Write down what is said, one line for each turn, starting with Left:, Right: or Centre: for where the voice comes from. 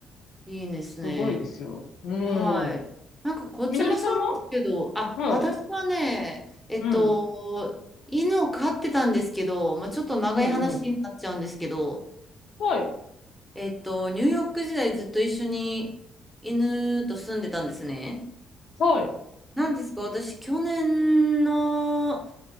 Centre: いいですね。
Left: すごいですよ。うん。
Centre: はい。なんかこっちもそうですけど、
Left: みのりさんは
Centre: あ、
Left: はい。
Centre: 私はね、えっと、
Left: うん。
Centre: 犬を飼ってたんですけど、まあ、ちょっと長い話になっちゃうんですけど、
Left: うん、うん。はい。
Centre: えっと、ニューヨーク時代ずっと一緒に犬と住んでたんですね。
Left: はい。
Centre: なんですか、私、去年の、